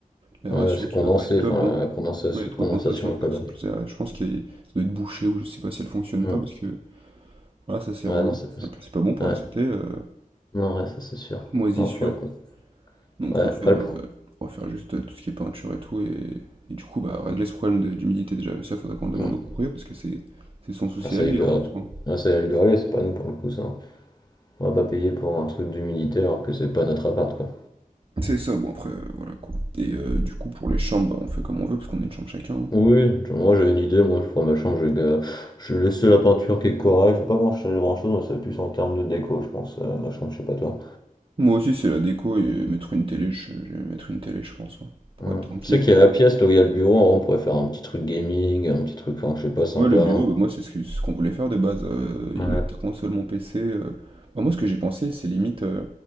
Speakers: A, on the right; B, on the left.
A: l'aération
B: Ouais, c'est
A: qui
B: condensé,
A: doit pas être top
B: enfin
A: hein.
B: la condensation,
A: Ouais, il y a trop
B: condensation
A: de condensation,
B: est
A: faudrait
B: pas
A: que
B: bonne.
A: c'est plus aéré. Je pense qu'il y a- ça doit être bouché ou je sais pas si elle fonctionne
B: Hum.
A: pas parce que voilà, ça c'est
B: Ouais,
A: relou.
B: non, c'est pas
A: Après, c'est pas bon pour
B: Ouais,
A: la santé, euh,
B: non, ouais, ça c'est sûr.
A: moisissure.
B: Non, faudrait qu'on.
A: Donc
B: Ouais,
A: refaire
B: après le
A: euh,
B: pro.
A: refaire juste euh, tout ce qui est peinture et tout et, et du coup bah régler ce problème de- d'humidité déjà, Et ça faudrait qu'on le demande
B: Hum.
A: au proprio parce que c'est c'est son souci
B: Ah, ça
A: à lui
B: a eu du
A: hein, en
B: relais.
A: soi.
B: Ah, ça a eu du relais, c'est pas nous pour le coup ça. On va pas payer pour un truc d'humidité alors que c'est pas notre appart quoi.
A: C'est ça, bon après, euh, voilà quoi. Et euh, du coup, pour les chambres, bah, on fait comme on veut parce qu'on a une chambre chacun. hein.
B: Oui, moi j'ai une idée, moi je prends ma chambre, j'ai ga- je vais laisser la peinture qui est correcte, je vais pas brancher grand chose, moi c'est plus en termes de déco, je pense, euh, ma chambre, je sais pas toi.
A: Moi aussi, c'est la déco et mettre une télé, je, je vais mettre une télé, je pense, hein, pour
B: Ouais.
A: être tranquille.
B: Tu sais qu'il y a la pièce là où il y a le bureau, en vrai, on pourrait faire un petit truc gaming, un petit truc, enfin je sais pas, sympa.
A: Moi, le
B: hein.
A: bureau, bah, moi, c'est ce que- ce qu'on voulait faire de base. euh, y
B: Ouais,
A: mettre ta console, mon PC. euh. Bah, moi, ce que j'ai pensé, c'est limite, euh,